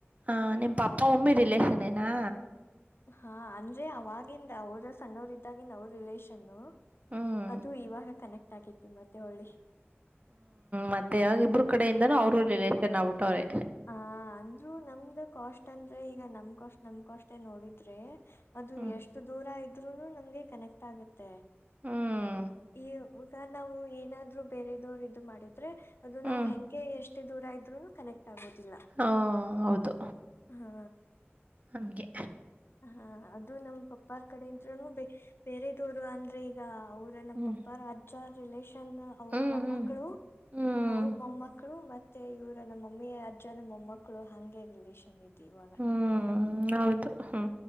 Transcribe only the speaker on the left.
ಹಾ ಅಂದ್ರೆ ಅವಾಗಿಂದ ಅವ್ರು ಸಣ್ಣವರ್ದಾಗಿಂದ ಅವ್ರ್ ರಿಲೇಷನ್ನು.
ಅದು ಇವಾಗ ಕನೆಕ್ಟ್ ಆಗಿದ್ವಿ ಮದ್ವೆ ಒಳ್ಳಿ.
ಹ ಅಂದ್ರು ನಮ್ದ ಕಾಸ್ಟ್ ಅಂದ್ರೆ ಈಗ ನಮ್ ಕಾಸ್ಟ್ ನಮ್ ಕಾಸ್ಟೇ ನೋಡಿದ್ರೆ ಅದು
ಎಷ್ಟು ದೂರ ಇದ್ರರುನು ನಮ್ಗೆ ಕನೆಕ್ಟ್ ಆಗತ್ತೆ.
ಈ ಈಗ ನಾವು ಏನಾದ್ರು ಬೇರೆದವರು ಇದು ಮಾಡಿದ್ ದ್ರೆ ಅದು
ನಾವು ಹೆಂಗೆ ಎಷ್ಟೇ ದೂರ ಇದ್ರುನು ಕನೆಕ್ಟ್ ಆಗೋದಿಲ್ಲ.
ಹಾ
ಹಾ ಅದು ನಮ್ ಪಪ್ಪಾರ್ ಕಡೆಂದ್ರೂನು ಬ ಬೇರೆದವರು ಅಂದ್ರೆ ಈಗ ಅವರು ಅಂದ್ರೆ ನಮ್
ಪಪ್ಪರ ಅಜ್ಜ ರಿಲೇಷನ್ ಅವ್ರ್
ಮೊಮ್ಮಕ್ಕಳು
ಅವ್ರ್ ಮೊಮ್ಮಕ್ಕಳು ಮತ್ತೆ ಇವರ ನಮ್ಮ ಮಮ್ಮಿ ಅಜ್ಜನ ಮೊಮ್ಮಕ್ಕಳು ಹಂಗೆ ರಿಲೇಷನ್ ಇದ್ ಇವಾಗ.